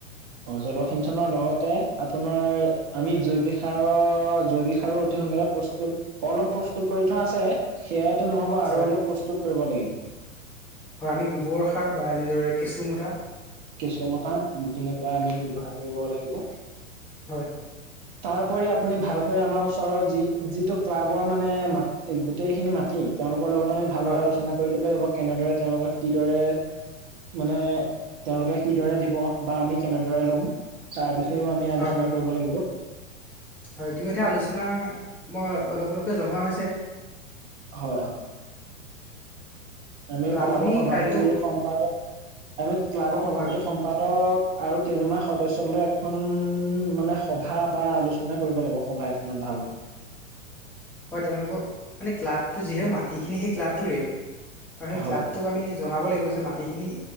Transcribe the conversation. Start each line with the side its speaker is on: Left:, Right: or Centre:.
Right: অ জলসিঞ্চনৰ লগতে আপোনাৰ আমি জৈৱিক সাৰৰ জৈৱিক সাৰো অতি সোনকালে প্ৰস্তুত অলপ প্ৰস্তুত কৰি থোৱা আছে, সেয়াইটো নহব আৰু
Centre: হয়
Right: অলপ প্ৰস্তুত কৰিব লাগিব।
Centre: আৰু আমি গোবৰ সাৰ বা এনেদৰে কেঁচু মতা
Right: কেঁচ মতা এনেকোৱা আমি ব্যৱহাৰ কৰিব লাগিব।
Centre: হয়
Right: তাৰপৰি আপুনি ভালকৈ আমাৰ ওচৰৰ যি যিটো ক্লাবৰ মানে মা গোটেইখিনি মাটি তেওঁলোকৰ লগতে আমি ভালদৰে
Centre: হয়
Right: আলোচনা কৰি লব লাগিব কেনেদৰে তেওঁলোকক কিদৰে মানে তেওঁলোকে কিদৰে দিব বা, আমি কেনেদৰে লম তাৰ বিষয়েও আমি
Centre: হয়
Right: আলোচনা
Centre: হয়
Right: কৰিব লাগিব।
Centre: হয়, ইতিমধ্যে আলোচনা মই অলপ অলপকৈ জনোৱা হৈছে।
Right: হয়, হয় আমি
Centre: আৰু
Right: ক্লাবৰ
Centre: আপুনি
Right: সভাপতি,
Centre: কাইলৈও
Right: সম্পাদক আমি ক্লাবৰ সভাপতি,
Centre: হয়
Right: সম্পাদক আৰু কেইজনমান সদস্যক লৈ এখন মানে সভা বা আলোচনা কৰিব লাগিব সভা এখনত ভালকে।
Centre: হয় তেওঁলোকৰ মানে ক্লাবটো যিহু মাটিখিনি সেই ক্লাবটোৰে আৰু সেই
Right: হয়
Centre: ক্লাবটোক আমি জনাব লাগিব যে মাটিখিনি